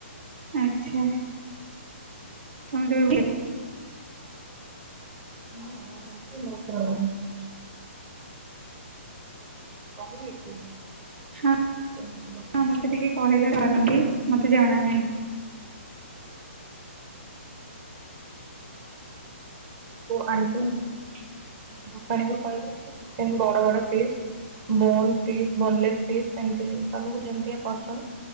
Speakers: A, on the right (about 70°); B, on the right (about 35°).
A: ଆଛା। ତମେ କେବେ ବେ
B: ଓ ହଁ <unintelligible> କହିବେ କି?
A: ହଁ
B: ପଣସ <unintelligible>
A: ହଁ ମତେ ଟିକେ କହିଲେ <unintelligible> ମତେ ଜଣା ନାହିଁ।
B: ଆ <unintelligible>
A: ପା।
B: ଦୋକାନୀ କୁ କହିଲେ ଟିକେ ଚିକେନ ବଡ ବଡ piece bone piece boneless piece ସେମତି ତମକୁ ଯେମିତିକା ପସନ୍ଦ